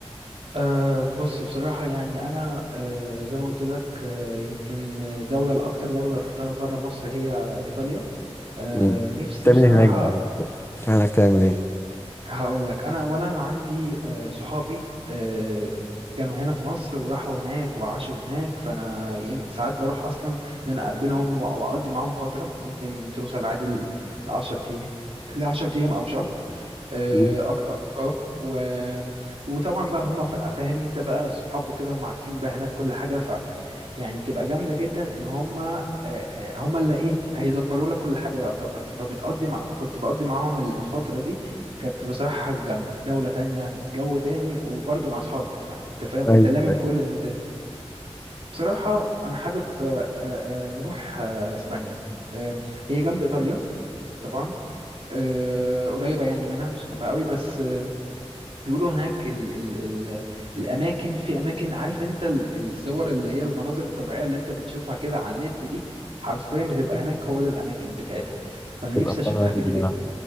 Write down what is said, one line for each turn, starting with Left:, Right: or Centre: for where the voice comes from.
Right: أه بص بصراحه يعني انا أه زي ما قلت لك أه يمكن دوله الاكتر دوله رحتها بره مصر هي ايطاليا أه
Left: مم.
Right: نفسي
Left: تعمل
Right: بصراحه
Left: إيه هناك بقى؟ تعمل هناك تعمل إيه؟
Right: هقول لك انا اولا عندي أه صحابي أه كانوا هنا في مصر وراحوا هناك وعاشوا هناك فانا يم- ساعات بروح اصلا ان انا اقابلهم وأ- واقضي معاهم فتره ممكن توصل عادي ل 10 ايام ل 10 ايام او شهر اه
Left: مم.
Right: أك- اه آه. و... وطبعا بقى هم فا- فاهم انت بقى الصحاب وكده هم عارفين بقى هناك كل حاجه ف يعني بتبقى جامده جدا ان هم آه، آه، هم اللي ايه هيدبروا لك كل حاجه يعتبر فبتقضي مع كنت بقضي معاهم ال- الفتره دي كانت بصراحه حاجه جامده دوله تانية جو تاني وبرضه مع اصحابك فانت فاهم
Left: أيوة
Right: انت لامم كل الميزات بصراحه انا حابب آه، آه، آه، نروح آه، اسبانيا آه، هي جنب ايطاليا طبعا آه، قريبه يعني منها مش جنبها قوي بس بيقولوا هناك ال ال ال الاماكن في اماكن عارف انت ال- الصور اللي هي المناظر الطبيعيه اللي انت بتشوفها كده على النت دي حرفيا بتبقى هناك هو ده الاماكن بتاعتها فانا
Left: تبقى
Right: نفسي اشوف
Left: فعلا
Right: الحاجات دي جدا